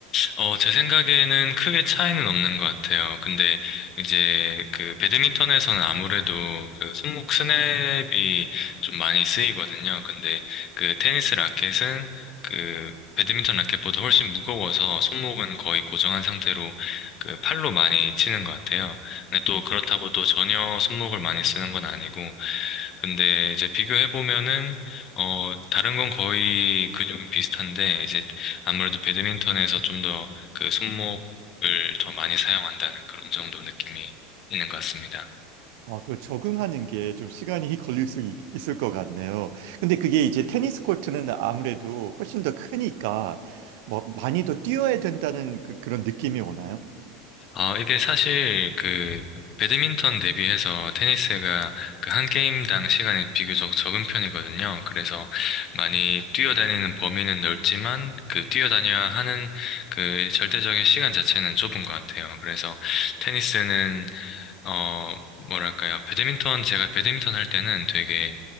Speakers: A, on the left (about 40°); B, on the right (about 55°).
A: 어, 제 생각에는 크게 차이는 없는 것 같아요. 근데 이제 그 배드민턴에서는 아무래도 그 손목 스냅이 좀 많이 쓰이거든요. 근데 그 테니스 라켓은 그 배드민턴 라켓보다 훨씬 무거워서 손목은 거의 고정한 상태로 그 팔로 많이 치는 것 같아요. 근데 또 그렇다고 또 전혀 손목을 많이 쓰는 건 아니고 근데 이제 비교해보면은, 어, 다른 건 거의 근육은 비슷한데, 이제 아무래도 배드민턴에서 좀 더 그 손목을 더 많이 사용한다는 그런 정도 느낌이 있는 것 같습니다.
B: 아, 그 적응하는 게 좀 시간이 <laughs> 걸릴 수 있, 을것 같네요. 근데 그게 이제 테니스 코트는 아무래도 훨씬 더 크니까 뭐 많이 더 뛰어야 된다는 그, 런 느낌이 오나요?
A: 어, 이게 사실 그 배드민턴 대비해서 테니스가 그 한 게임당 시간이 비교적 적은 편이거든요. 그래서 많이
B: 아.
A: 뛰어다니는 범위는 넓지만 그 뛰어다녀야 하는 그 절대적인 시간 자체는 좁은 것 같아요. 그래서 테니스는 어, 뭐랄까요. 배드민턴, 제가 배드민턴 할 때는 되게